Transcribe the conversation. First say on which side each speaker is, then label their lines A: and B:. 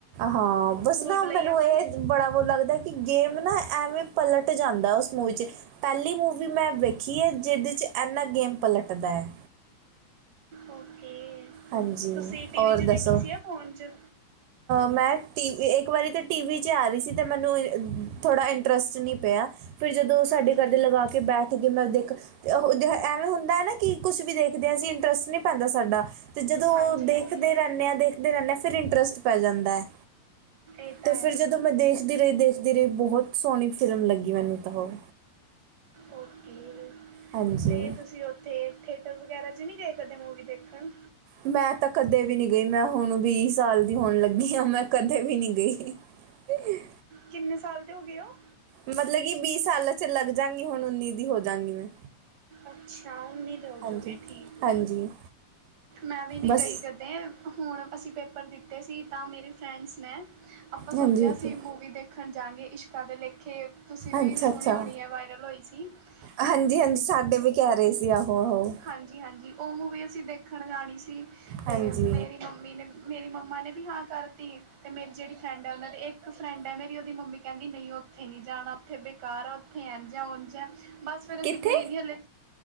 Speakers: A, on the right; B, on the right.
A: ਹਾਂ ਬੱਸ
B: ਭੂਲ
A: ਨਾ
B: ਭੁਲੱਈਆ
A: ਮੈਨੂੰ
B: ਵਨ
A: ਇਹ ਬੜਾ ਵ ਲੱਗਦਾ ਕਿ ਗੇਮ ਨਾ ਐਵੇਂ ਪਲਟ ਜਾਂਦਾ ਉਸ ਮੂੰਹ 'ਚ ਪਹਿਲੀ ਮੂਵੀ ਮੈਂ ਵੇਖੀ ਹੈ ਜਿਹਦੇ 'ਚ ਇੰਨਾ ਗੇਮ ਪਲਟਦਾ ਹੈ
B: ਓਕੇ
A: ਹਾਂਜੀ
B: ਤੁਸੀਂ ਟੀਵ
A: ਔਰ
B: ਚ ਦੇਖੀ
A: ਦੱਸੋ
B: ਸੀ ਆ ਫੋਨ ਚ
A: ਮੈਂ ਟੀਵ ਇੱਕ ਵਾਰੀ ਤਾਂ ਟੀ ਵੀ 'ਚ ਆ ਰਹੀ ਸੀ ਅਤੇ ਮੈਨੂੰ ਇ ਥੋੜ੍ਹਾ ਇੰਟਰਸਟ ਨਹੀਂ ਪਿਆ ਫਿਰ ਜਦੋਂ ਸਾਡੇ
B: ਹਾਂਜੀ
A: ਘਰਦੇ ਲਗਾ ਕੇ ਬੈਠ ਗਏ ਮੈਂ ਦੇਖ ਜਿ ਐਵੇਂ ਹੁੰਦਾ ਨਾ ਕਿ ਕੁਛ ਵੀ ਦੇਖਦੇ ਹਾਂ ਅਸੀ ਇੰਟਰਸਟ ਨਹੀਂ ਪੈਂਦਾ ਸਾਡਾ ਅਤੇ ਜਦੋਂ ਉਹ
B: ਹਾਂਜੀ
A: ਦੇਖਦੇ
B: ਹਾਂਜੀ
A: ਰਹਿੰਦੇ ਹਾਂ ਦੇਖਦੇ ਰਹਿੰਦੇ ਹਾਂ ਫਿਰ ਇੰਟਰਸਟ ਪੈ ਜਾਂਦਾ ਹੈ
B: ਇਹ ਤਾਂ
A: ਤੇ ਫਿਰ
B: ਹੈ
A: ਜਦੋਂ ਮੈਂ ਦੇਖਦੀ ਰਹੀ ਦੇਖਦੀ ਰਹੀ ਬਹੁਤ ਸੋਹਣੀ ਫਿਲਮ ਲੱਗੀ ਮੈਨੂੰ ਤਾਂ ਉਹ
B: ਓਕੇ
A: ਹਾਂਜੀ
B: ਤੇ ਤੁਸੀਂ ਉੱਥੇ ਥੀਏਟਰ ਵਗੈਰਾ ਚ ਨਹੀਂੀ ਗਏ ਕਦੇ ਮੂਵੀ ਦੇਖਣ
A: ਮੈਂ ਤਾਂ ਕਦੇ ਵੀ ਨਹੀਂੀ ਗਈ ਮੈਂ ਹੁਣ ਵੀਹ ਸਾਲ ਦੀ ਹੋਣ ਲੱਗੀ ਹਾਂ ਮੈਂ ਕਦੇ ਵੀ ਨਹੀਂੀ ਗਈ ਕਿ <unintelligible>
B: ਕਿੰਨੇ ਸਾਲ ਦੇ ਹੋ ਗਏ ਹੋ
A: ਮਤਲਬ ਕਿ ਵੀਹ ਸਾਲਾਂ ਚ ਲੱਗ ਜਾਂਗੀ ਹੁਣ ਉੱਨੀ ਦੀ ਹੋਜਗੀ ਮੈਂ
B: ਅੱਛਾ, ਇਣੀ ਹੀਂ ਜ਼ਲ
A: ਹਾਂਜੀ
B: ਜਾਓਗੇ ਠੀਕ,
A: ਹਾਂਜੀ
B: ਮੈਂ ਵੀ ਨਹੀਂ
A: ਬਸ
B: ਗਈ ਕਦੇ। ਐ, ਹੁਣ ਅਸੀਂ ਪੇਪਰ ਦਿੱਤੇ ਸੀ, ਤਾਂ ਮੇਰੇ ਫਰੈਂਡਸ ਨੇ ਆਪਾਂ ਸੋਚਿਆ
A: ਹਾਂਜੀ ਹਾਂਜੀ
B: ਸੀ, ਮੂਵੀ ਦੇਖਣ ਜਾਂਗੇ। 'ਇਸ਼ਕਾ ਦੇ ਲੇਖੇ' ਤੁਸੀਂ ਵੀ
A: ਅੱਛਾ ਅੱਛਾ
B: ਸੁਣੀ ਹੋਣੀ ਹੈ, ਵਾਇਰਲ ਹੋਈ। ਛਿਵ <unintelligible>
A: ਹਾਂਜੀ- ਹਾਂਜੀ ਸਾਡੇ ਵੀ ਕਹਿ ਰਹੇ ਸੀ ਆਹੋ- ਆਹੋ।
B: ਹਾਂਜੀ- ਹਾਂਜੀ ਉਹ ਮੂਵੀ ਅਸੀਂ ਦੇਖਣ ਜਾਣੀ ਸੀ ਅਤੇ
A: ਹਾਂਜੀ
B: ਮੇਰੀ ਮੰਮੀ ਨੇ ਮੇਰੀ ਮੰਮਾ ਨੇ ਵੀ ਹਾਂ ਕਰਤੀ ਤੇ ਮੇਰੀ ਜਿਹੜੀ ਫਰੈਂਡ ਹੈ ਉਹਨਾਂ ਦੇ ਇੱਕ ਇੱਕ ਫਰੈਂਡ ਹੈ ਮੇਰੀ ਉਹਦੀ ਮੰਮੀ ਕਹਿੰਦੀ ਨਹੀਂ ਉੱਥੇ ਨਹੀਂ ਜਾਣਾ ਉੱਥੇ ਬੇਕਾਰ ਹੈ ਉੱਥੇ ਇੰਝ-ਉਂਝ ਹੈ ਬੱਸ ਫਿਰ ਅਸੀਂ
A: ਕਿੱਥੇ
B: ਗਏ ਨਹੀਂ ਹਲੇ